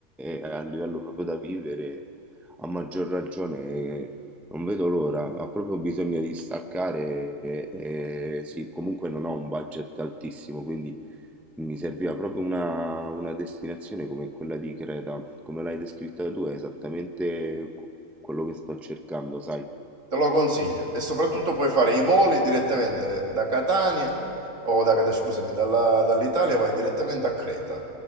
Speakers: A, in the centre; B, on the right.
A: e a livello proprio da vivere, a maggior ragione eh, non vedo l'ora. Ha proprio bisogno di staccare e, e sì, comunque non ho un budget altissimo, quindi mi serviva proprio una, una destinazione come quella di Creta. Come l'hai descritta tu è esattamente que- quello che sto cercando, sai?
B: Te lo consiglio e soprattutto puoi fare i voli direttamente da Catania, o da Catania, scusami, dalla- dall'Italia vai direttamente a Creta,